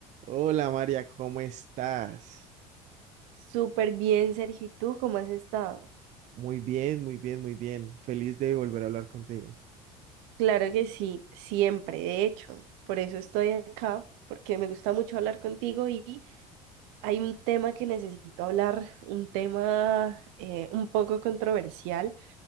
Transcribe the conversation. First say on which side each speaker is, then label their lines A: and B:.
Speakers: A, on the right (about 40°); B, on the right (about 55°).
A: Hola María, ¿cómo estás?
B: Súper bien, Sergio. ¿Y tú cómo has estado?
A: Muy bien, muy bien, muy bien. Feliz de volver a hablar contigo.
B: Claro que sí, siempre, de hecho. Por eso estoy acá, porque me gusta mucho hablar contigo y hay un tema que necesito hablar, un tema eh, un poco controversial.